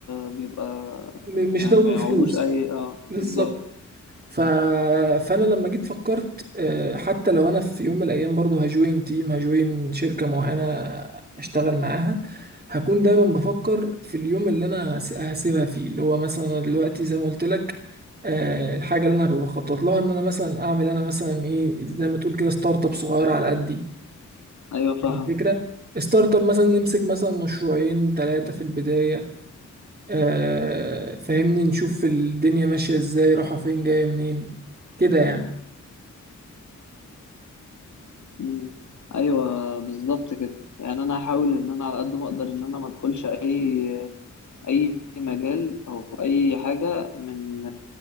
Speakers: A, on the left (about 70°); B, on the right (about 30°).
A: بيبقى
B: م- مش
A: يعني
B: هتاخده
A: ما
B: بفلوس
A: يعوضوش اي اه
B: بالظبط
A: بالظبط
B: ف... فانا لما جيت فكرت آه، حتى لو انا في يوم من الايام برضو هجوين تيم هجوين شركة معينة اشتغل معاها هكون دايما بفكر في اليوم اللي انا هس- هسيبها فيه اللي هو مثلا أنا دلوقتي زي ما قلت لك آه، الحاجة اللي انا هبقى بخطط لها ان انا مثلا اعمل انا مثلا ايه زي ما تقول كده ستارت اب صغيرة على قدي
A: ايوه فاهمك
B: الفكرة ستارت اب مثلا نمسك مثلا مشروعين ثلاثة في البداية آه، فاهمني نشوف الدنيا ماشية ازاي رايحة فين جاية منين كده يعني
A: مم. ايوه بالظبط كده يعني انا هحاول ان انا على قد ما اقدر ان انا ما ادخلش اي اي مجال او اي حاجة من